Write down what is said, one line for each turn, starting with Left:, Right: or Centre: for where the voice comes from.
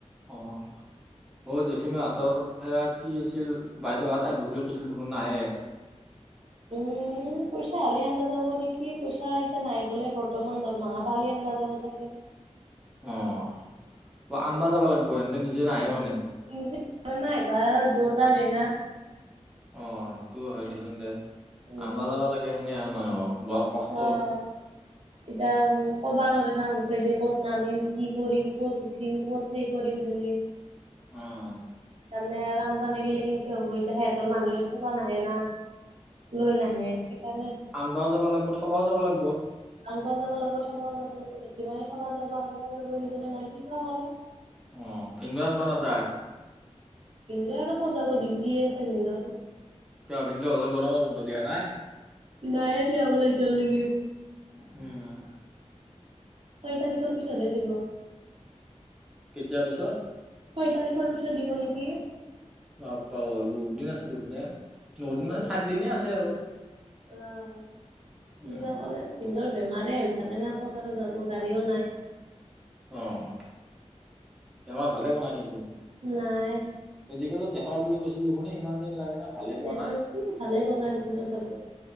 Centre: অ'। অ', জেঠীমা হাতৰ সেয়া কি আছিল বাইদেউহত আহিব বুলি কৈছিল দেখোন নাহে? <inaudible>
Right: উম পইচা হ'লে আনবা যাব নেকি? পইচা এতিয়া নাই বোলে বৰ্তমান, দৰমহা পালে আনবা যাব চাগে।
Centre: অ', আনবা যাবা লাগিব, সিহঁতে নিজে নাহে মানে?
Right: নিজে নোৱাৰে না আহিবা দুওটা বেঙা।
Centre: অ', সেইটোও হয়, দে চোন দে,
Right: উম
Centre: আনবা যাবা লাগে সেনে হেন মানুহক। বৰ কষ্ট
Right: অ'।
Centre: <inaudible>
Right: এতিয়া কবা নোৱাৰ নামফেদি ক'ত নামিম কি কৰিম ক'ত উঠিম ক'ত সেই কৰিম বুলি।
Centre: অ'
Right: তাৰমানে আৰু ৰান্ধবে গিললে কেনেকে হ'ব এতিয়া সিহঁতৰ মানুহে থবা নাহে না। লৈ নাহে সেইকাৰণে।
Centre: আনবাৰও যাব লাগিব থবাও যাব লাগিব।
Right: আনবাওঁ যাব লাগিব থবাও যাব লাগিব জেঠি মাৰ থবা যাব আনবাওঁ যাব কিজানি নাই কি বা কৰে।
Centre: অ', কিনিব জনিবা নাযায়।
Right: ভিন্দ আৰু ক'ত যাব ডিউটিয়ে আছে ভিনন্দৰ
Centre: ভিনন্দ হঁতৰ গৰমৰ বন্ধ দিয়া নাই।
Right: নাই এতিয়া বলেৰ ইটাৰ লেকি
Centre: উম।
Right: ছয় তাৰিখৰ পিছতহে দিব
Centre: কেতিয়া পিছত
Right: ছয় তাৰিখৰ পিছত দিব নেকি।
Centre: বাপ পাঐ বহুত দিন আছে দেখুনে নদিন
Right: উম
Centre: মানে চাত দিনে আছে আৰু।
Right: আহ কি
Centre: উম
Right: বা কৰে। কিন্তুৰ বেমাৰে হৈ থাকে ন ক'ত আৰু জানো গাড়ীও নাই।
Centre: অ', বেমাৰ ভালে পোৱা নাই নেকি।
Right: নাই।
Centre: মেডিকেলত দেখুৱা বুলি কৈছিলো দেখনে ইমান দিন লাগে না। ভালে পোৱা
Right: দেখ
Centre: নাই।
Right: ভালেই বনাই দেখোন তথাপিও।